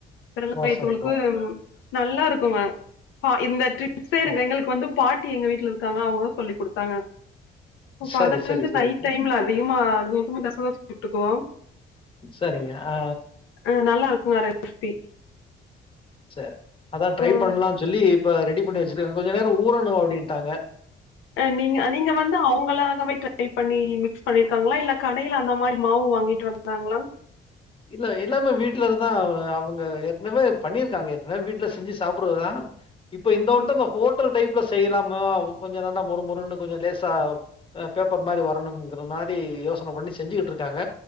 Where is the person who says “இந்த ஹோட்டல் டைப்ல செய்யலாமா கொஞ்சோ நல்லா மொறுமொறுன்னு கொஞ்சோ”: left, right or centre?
Left